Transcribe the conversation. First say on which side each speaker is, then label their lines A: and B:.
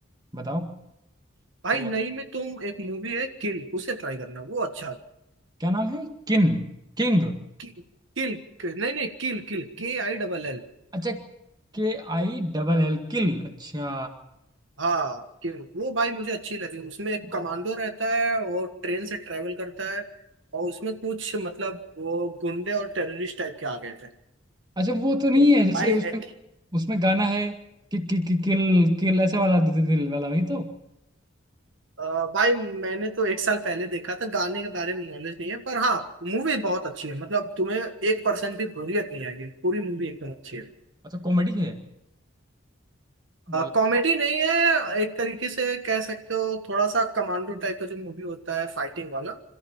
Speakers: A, on the right; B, on the right.
A: बताओ
B: भाई
A: कोई
B: नई में तुम एक मूवी है किल उसे ट्राई करना वो अच्छा
A: क्या नाम है किन किंग
B: कि, किल नहीं नहीं किल किल के आई डबल एल
A: अच्छा K I double L kill अच्छा
B: हाँ कि वो भाई मुझे अच्छी लगी उसमें एक
A: वो-
B: कमांडो रहता है और ट्रेन से ट्रेवल करता है और उसमें कुछ मतलब वो गुंडे और टेररिस्ट टाइप के आ गए थे
A: अच्छा वो तो नहीं
B: तो
A: है जैसे
B: भाई
A: उसमें
B: ए-
A: उसमें गाना है कि, कि, कि किल किल ऐसे वाला दि, दि, दिल वाला वही तो
B: अ, भाई मैंने तो एक साल पहले देखा था गाने के बारे में नॉलेज नहीं है पर हाँ मूवी बहुत अच्छी है मतलब तुम्हें एक परसेंट भी बोरियत नहीं आएगी पूरी मूवी एकदम अच्छी है
A: अच्छा कॉमेडी है मतलब
B: कॉमेडी नहीं है एक तरीके से कह सकते हो थोड़ा सा कमांडो टाइप का जो मूवी होता है फाइटिंग वाला